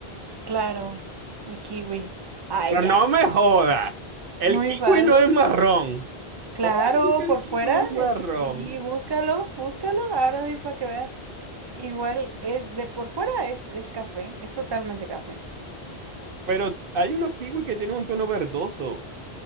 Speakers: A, on the right (about 30°); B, on the right (about 60°).
A: claro, el kiwi. Ah,
B: Pero
A: ya.
B: no me jodas. El
A: Muy
B: kiwi
A: fácil.
B: no es marrón.
A: Claro,
B: ¿Cómo vas a decir que el
A: por
B: kiwi
A: fuera,
B: es marrón?
A: es, sí, búscalo, búscalo, ahora sí para que veas. Igual es de por fuera es, es café, es totalmente café.
B: Pero hay unos kiwis que tienen un tono verdoso.